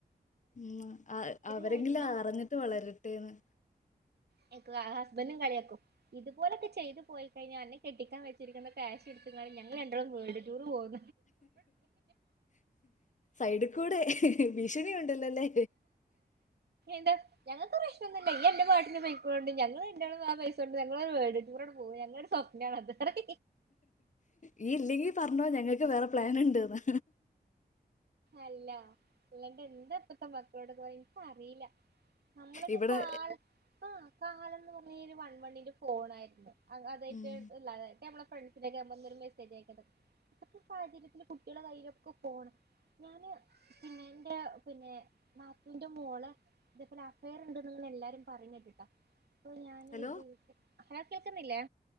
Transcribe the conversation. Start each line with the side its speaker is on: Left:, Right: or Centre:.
Left: ഉം അഹ് അവരെങ്കിലും
Right: കഴിച്ചാ
Left: അറിഞ്ഞിട്ട് വളരട്ടെന്ന്
Right: <unintelligible> ഹസ്ബൻഡും കളിയാക്കും ഇത്പോലെക്കെ ചെയ്ത് പോയിക്കഴിഞ്ഞാ അന്നെ കെട്ടിക്കാൻ വെച്ചിരിക്കുന്ന ക്യാഷ് ഇട്ത്ത്ക്കാണ്ട് ഞങ്ങള് രണ്ടാളും വേൾഡ്ടൂർ പോവു
Left: സൈഡ് കൂടെ ഭീഷണി ഉണ്ടല്ലോല്ലേ
Right: ന്താ ഞങ്ങൾക്ക് പ്രശ്നൊന്നുല്ല ഇയ്യ് അന്റെ പാട്ടിന് പോയ് ണ്ട് ഞങ്ങള് രണ്ടാളും ആ പൈസ് ണ്ട് ഞങ്ങളൊരു വേൾഡ്ടൂറാണ്ട് പോവും ഞങ്ങളുടൊരു സ്വപ്നണത് പറിം
Left: ഇയ്യ് ഇല്ലെങ്കി പറഞ്ഞോ ഞങ്ങള്ക്ക് വേറെ പ്ലാന്ണ്ട്ന്നാ
Right: അല്ല അല്ലാണ്ട് എന്താ ഇപ്പത്തെ മ <unintelligible> അറീല നമ്മളൊക്കെ
Left: ഇവിടെ
Right: കാലത്ത് കാലന്ന് പ നീര് വൺവണിന്റെ ഫോണായിര്ന്നു അ അതായിട്ട്
Left: ഉം.
Right: ഇളാതായി ഇപ്പമ്മള് ഫ്രണ്ട്സിനോക്കെ നമ്മന്നൊര് മെസ്സേജ് അയക്കേ ഇപ്പത്തെ സാഹചര്യത്തില് കുട്ടിളെ കയ്യിലൊക്കെ ഫോണ് ഞാന് പിന്നെ എന്റെ പിന്നെ നാത്തൂന്റെ മോളേ ഇതേപോലെ അഫയറ് ഉണ്ട്ന്ന് എല്ലാരും പറയ്ണ കേട്ട്ട്ടോ പ്പോ ഞാന്
Left: ഹലോ
Right: <unintelligible> അയാ കേൾക്ക്ന്നില്ലേ?